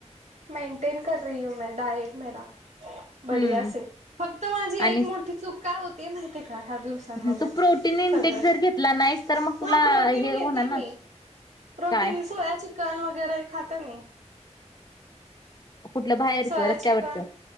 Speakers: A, on the right; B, on the left.
A: मेंटेन कर रही हूँ मैं डाएट मेरा. बडीया
B: हम्म.
A: से फक्त माझी
B: आणि
A: एक
B: स-
A: मोठी चूक काय होतीये माहितीे का ह्या दिवस सांन मध्ये
B: हं, तू
A: सगळं
B: प्रोटीन इंटेक
A: हां,
B: जर घेतला नाहीस तर मग तुला
A: प्रोटीन
B: हे
A: घेतीये
B: होणार ना
A: मी. प्रोटीन
B: काय
A: सोया चिकन वगैरे खाते मी.
B: कुठलं बाहेरचं
A: सोया
B: रस्त्यावरचं
A: चिकन